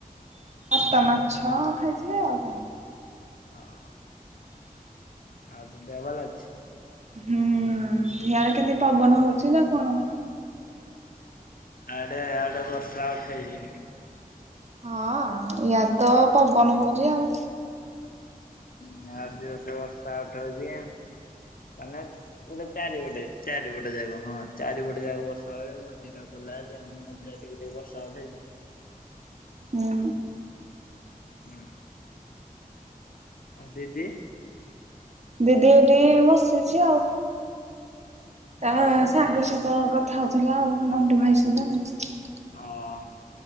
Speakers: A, on the right (about 50°); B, on the left (about 70°).
A: ତ ମାଛ ଖାଇଥିଲି ଆଉ କଣ।
B: ଆଉ। ଆଉ ତୋ ଦେହ ଭଲ ଅଛି?
A: ହୁଁ ସିଆଡ଼େ କେମତି ପବନ ହଉଛି ନା କଣ?
B: ଆଡେ ଆଡେ ବର୍ଷା ଉଠେଇଛି।
A: ହଁ ଇଆଡେ ତ ପବନ ହଉଛି ଆଉ।
B: ହଁ ଆଜି ଉଠୋଉ୍ ବର୍ଷା ଉଠୋଉଛି ଆଉ ମାନେ ଗୋଟେ ଚାରିପଟେ ଚାରିପଟେ ଜାଗା ହଁ ଚାରିପଟେ ଜାଗା ବର୍ଷା <unintelligible> <unintelligible> ଟିକେ ଟିକେ ବର୍ଷା ଉଠେଇଛି।
A: ହୁଁ।
B: ହୁଁ। ଆଉ ଦିଦି?
A: ଦିଦି ଏଇଟି ବସିଛି ଆଉ। ତା
B: ବସିଛି
A: ସାଙ୍ଗ ସବୁ ତ କଥା ହେଉଥିଲା ଆଉ ନାଣ୍ଡୁ ଭାଇ ସହିତ।
B: ହଁ।